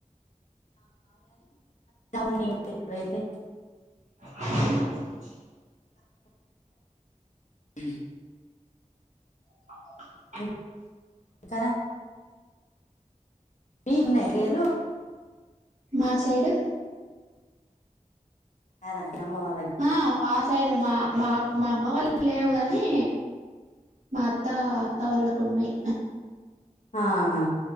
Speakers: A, on the left; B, on the right.
A: <inaudible> ఇప్పుడైతే
B: <inaudible>
A: మ్మ్
B: <inaudible>
A: మ్మ్ కరా <unintelligible> లేరు
B: మా సైడు
A: నార అమ్మ వా
B: ఆ మా సైడు మా మా మా అమ్మ వాళ్ళకి లేవు గాని మా అత్తా అత్త వాళ్ళకు ఉన్నయి.
A: ఆహా